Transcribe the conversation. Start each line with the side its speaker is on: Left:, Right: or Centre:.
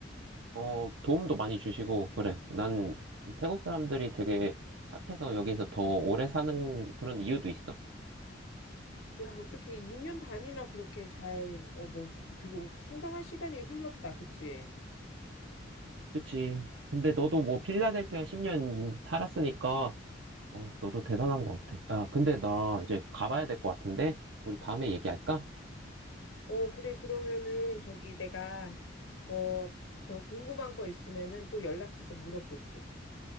Right: 어, 도움도 많이 주시고, 그래. 난이 태국 사람들이 되게 착해서 여기서 더 오래 사는 그런 이유도 있어.
Left: 야, 어떻게 2년 반이나 그렇게 잘, 어, 뭐, 되게 오- 상당한 시간이 흘렀다, 그치?
Right: 그치. 근데 너도 뭐 필라델피아 10년 살았으니까, 어, 너도 대단한 것 같아. 야, 근데 나 이제 가봐야 될 것 같은데, 우리 다음에 얘기할까?
Left: 어, 그래, 그러면은 저기 내가, 어, 더 궁금한 거 있으면은 또 연락해서 물어볼게.